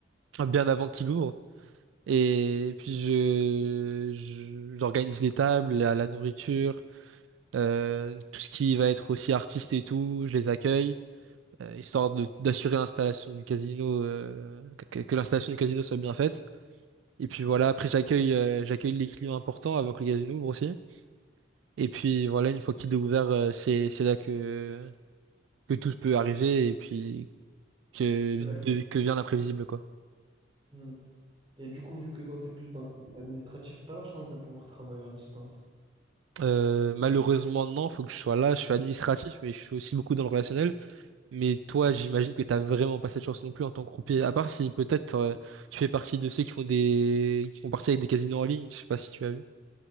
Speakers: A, on the right; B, on the right.
A: bien avant qu'il ouvre. Et puis, je, je- j'organise les tables, la, la nourriture, euh, tout ce qui va être aussi artiste et tout, je les accueille. euh, histoire de- d'assurer l'installation du casino, euh, que, que l'installation du casino soit bien faite. Et puis voilà, après j'accueille euh, j'accueille les clients importants avant que le casino ouvre aussi. Et puis voilà, une fois qu'il est ouvert, euh, c'est c'est là que que tout peut arriver et puis que
B: C'est
A: de-
B: la classe.
A: que vient l'imprévisible quoi.
B: Hmm. Et du coup, vu que toi, tu es plus dans le côté administratif, tu as la chance de pouvoir travailler en distance.
A: Euh, malheureusement non, faut que je sois là. Je suis administratif, mais je suis aussi beaucoup dans le relationnel. Mais toi, j'imagine que t'as vraiment pas cette chance non plus en tant que croupier. À part si peut-être euh, tu fais partie de ceux qui font des qui font partie avec des casinos en ligne. Je sais pas si tu as vu.